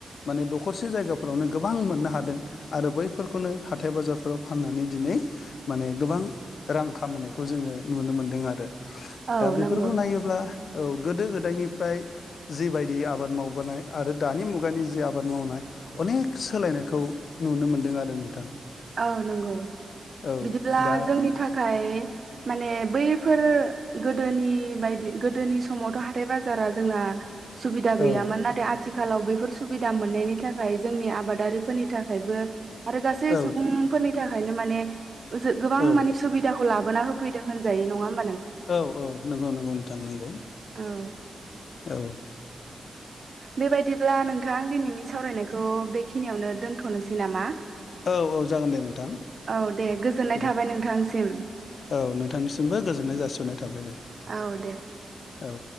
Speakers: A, on the left; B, on the right.
A: माने दखरसे जायगाफोरावनो गोबां मोननो हादों आरो बैफोरखौनो हाथाय बाजारफोराव फाननानै दिनै माने गोबां रां रां खामायनायखौ जोंङो नुनो मोनदों आरो
B: औ
A: दा बेफोरखौ
B: नंगौ
A: नायोब्ला औ गोदो गोदायनि फ्राय जिबायदि आबाद मावबोनाय आरो दानि मुगानि जि आबाद मावनाय अनेक सोलायनायखौ नुनो मोन्दों आरो नोंथां
B: औ नंगौ
A: औ
B: बिदिब्ला
A: दा
B: जोंनि थाखाय माने बैफोर गोदोनि बायदि गोदोनि समावथ' हाथाइ बाजारा जोंना सुबिदा गैयामोन
A: औ
B: नाथाय आथि खालाव बेफोर सुबिदा मोननायनि थाखाय जोंनि आबादारिफोरनि थाखायबो आरो गासै
A: औ
B: सु फोरनि थाखायनो माने ओ जो गोबां
A: औ
B: माने सुबिदाखौ लाबोना होफैदों होनजायो नंङा होम
A: औ औ नंगौ नंगौ नोंथां नंगौ
B: औ
A: औ
B: बेबायदिब्ला नोंथां दिनैनि सावरायनायखौ बेखिनियावनो दोन्थ'नोसै नामा?
A: औ औ जागोन दे नोंथां
B: औ दे गोजोननाय
A: दे
B: थाबाय नोंथांसिम
A: औ नोंथांनिसिमबो गोजोननाय जासिहरनाय थाबाय दे ।
B: औ दे
A: औ